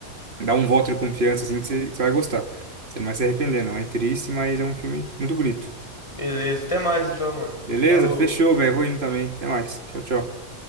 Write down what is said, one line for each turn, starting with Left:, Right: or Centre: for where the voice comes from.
Right: dá um voto de confiança assim que você, que você vai gostar. Você não vai se arrepender, não. É triste, mas é um filme muito bonito.
Left: Beleza, até mais então, mano.
Right: Beleza?
Left: Falou.
Right: Fechou, velho. Vou indo também. Até mais. Tchau, tchau.